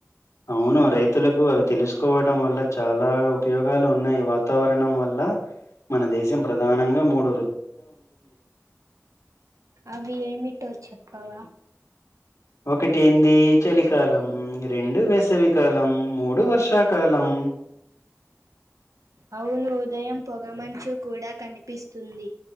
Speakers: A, on the left (about 70°); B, on the right (about 80°).
A: అవును రైతులకు అవి తెలుసుకోవడం వల్ల చాలా ఉపయోగాలు ఉన్నాయి వాతావరణం వల్ల మన దేశం ప్రధానంగా మూడు
B: అవి ఏమిటో చెప్పావా
A: ఒకటి ఏందిచలికాలం రెండు వేసవికాలం మూడు వర్షాకాలం
B: అవును ఉదయం పొగమంచు కూడా కనిపిస్తుంది